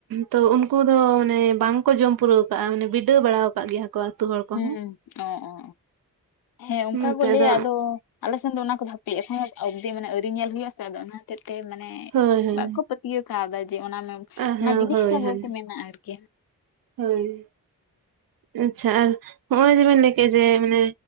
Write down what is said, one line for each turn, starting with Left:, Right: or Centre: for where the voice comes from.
Right: ᱛᱚ ᱩᱱᱠᱩ ᱫᱚ ᱢᱟᱱᱮ ᱵᱟᱝᱠᱚ ᱡᱚᱢ ᱯᱩᱨᱟᱹᱣ ᱠᱟᱜᱼᱟ ᱢᱟᱱᱮ ᱵᱤᱰᱟᱹᱣ ᱵᱟᱲᱟ ᱠᱟᱜ ᱜᱮᱭᱟ ᱟᱹᱛᱩ ᱦᱚᱲ, ᱠᱚᱦᱚᱸ
Left: ᱩᱸ ᱚ ᱚ ᱚ ᱦᱮᱸ ᱚᱱᱠᱟ
Right: ᱱᱚᱛᱮ
Left: ᱠᱚ ᱞᱟᱹᱭᱟ
Right: ᱫᱚ
Left: ᱟᱫᱚ ᱟᱞᱮ ᱥᱮᱱ ᱫᱚ ᱚᱱᱟ ᱠᱚᱫᱚ ᱦᱟᱯᱮ ᱮᱠᱷᱚᱱ ᱟᱵᱫᱤ ᱢᱟᱱᱮ ᱟᱹᱣᱨᱤ ᱧᱮᱞ ᱦᱩᱭᱩᱜ ᱟᱥᱮ ᱟᱫᱚ ᱚᱱᱟ ᱦᱚᱛᱮᱡ ᱛᱮ ᱢᱟᱱᱮ
Right: ᱦᱳᱭ ᱦᱳᱭ
Left: ᱵᱟᱠᱚ ᱯᱟᱹᱛᱭᱟᱹᱣ ᱠᱟᱣᱫᱟ ᱡᱮ ᱚᱱᱟ
Right: ᱟᱨ
Left: ᱚᱱᱟ
Right: ᱦᱮᱸ
Left: ᱡᱤᱱᱤᱥᱴᱟ
Right: ᱦᱳᱭ
Left: ᱵᱚᱞᱛᱮ
Right: ᱦᱳᱭ
Left: ᱢᱮᱱᱟᱜᱼᱟ ᱟᱨᱠᱤ,
Right: ᱦᱳᱭ ᱟᱪᱪᱷᱟ ᱟᱨ ᱦᱚᱸᱜᱼᱚᱭ ᱡᱮᱵᱮᱱ ᱞᱟᱹᱭ ᱠᱮᱜᱼᱟ ᱡᱮ ᱢᱟᱱᱮ